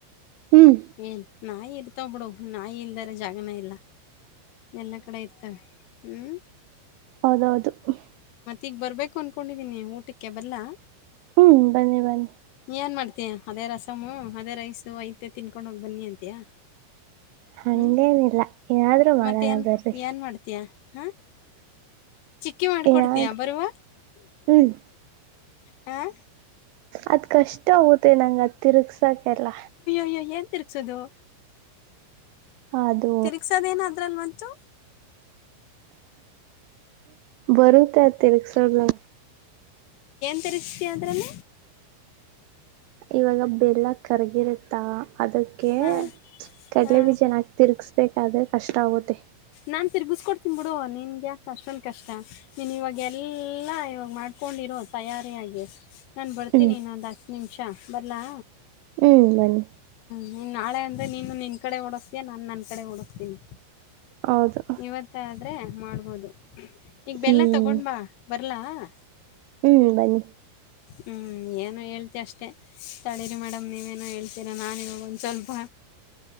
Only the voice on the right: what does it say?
ಹ್ಮ್
ಹೌದ ಹೌದದು <unintelligible>
ಹೂ ಬನ್ನಿ ಬನ್ನಿ. <unintelligible>
ಹಂಗೇನಿಲ್ಲ
ಏನಾದ್ರರು ಮಾಡಣ
ಬರ್ರಿ
ಏನಾದ್ರು
ಹ್ಮ್
ಅದ್ ಕಷ್ಟ ಆಗುತ್ತೆ ನಂಗ ಅದ್ ತಿರ್ಗ್ಸಾಕೆಲ್ಲ
ಅದು
ಬರತತ ರಕ್ಷ ನ
ಇವಾಗ ಬೆಲ್ಲ ಕರ್ಗಿರುತ್ತಾ ಅದಕ್ಕೆ
ಕಡಲೆಬೀಜೆನ್ನಕ
ತಿರುಗಿಸಬೇಕಾದ್ರೆ ಕಷ್ಟ ಆಗುತ್ತೆ
ಹ್ಮ್
ಹ್ಮ್ ಬನ್ನಿ
ಹೌದು
ಹ್ಮ್
ಹ್ಮ್ ಬನ್ನಿ